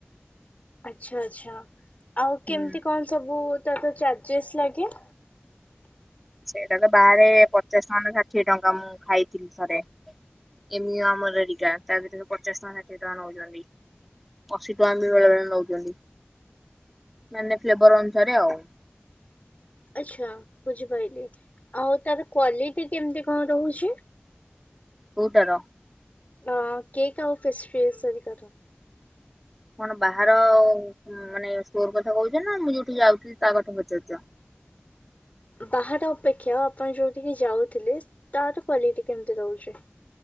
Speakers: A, on the left; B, in the centre.
A: ଆଚ୍ଛା ଆଚ୍ଛା ଆଉ
B: ହୁଁ
A: କେମିତି କଣ ସବୁ ତାର ଚାର୍ଜେସ୍ ଲାଗେ
B: ସେଇଟା ତ ବାହାରେ ପଚାଶ ଟଙ୍କା ନା ଷାଠିଏ ଟଙ୍କା ମୁଁ ଖାଇଥିଲି ଥରେ। ଏମି ଆମରରେରିକା ତା ଭିତରୁ ପଚାଶ ଟଙ୍କା ଷାଠିଏ ଟଙ୍କା ନଉଛନ୍ତି। ଅଶୀ ଟଙ୍କା ବି ବେଳେ ବେଳେ ନଉଛନ୍ତି ମାନେ ଫ୍ଲେବର ଅନୁସାରେ ଆଉ
A: ଆଚ୍ଛା ବୁଝିପାଇଲି ଆଉ ତାର କ୍ଵାଲିଟି କେମିତି କଣ ରହୁଛି।
B: କୋଉ ଟାର
A: ଅ କେକ୍ ଆଉ ପେସ୍ପପ୍ରିସ୍ ହେରିକାର
B: କଣ ବାହାର ମାନେ ସୋର କଥା କହୁଛ ନା ମୁଁ ଯୋଉଠି ଯାଉଥିଲି ତା କଥା ପଚାରୁଚ଼?
A: ବାହାର ଅପେକ୍ଷା ଆପଣ ଯୋଉଠିକି ଯାଉଥିଲେ ତାର କ୍ଵାଲିଟି କେମତି ରହୁଚି।